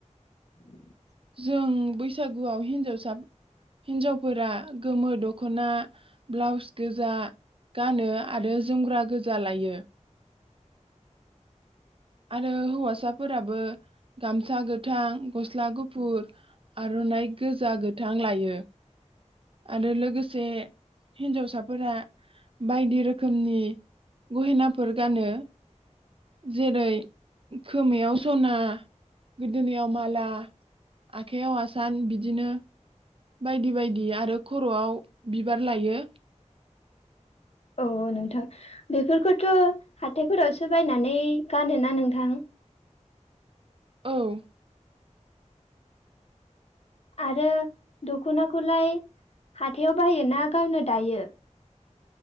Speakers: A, on the left; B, on the right.
A: उम
B: जों बैसागुआव हिन्जावसा हिन्जावफोरा गोमो दख'ना ब्लाउस गोजा गानो आरो जोमग्रा गोजा लायो। आरो हौवासाफोराबो गामसा गोथां गस्ला गुफुर आर'नाइ गोज गोजा गोथां लायो। आरो लोगोसे हिन्जावसाफोरा बायदि रोखोमनि गहेनाफोर गानो जेरै खोमायाव स'ना गोदोनायाव माला आखाइयाव आसान बिदिनो बायदि बायदि आरो खर'आव बिबार लायो।
A: औ नोंथां बेफोरखौथ' हाथायफोरावसो बायनानै गानोना नोंथां?
B: औ
A: आरो दख'नाखौलाय हाथायाव बाहायो ना गावनो दायो?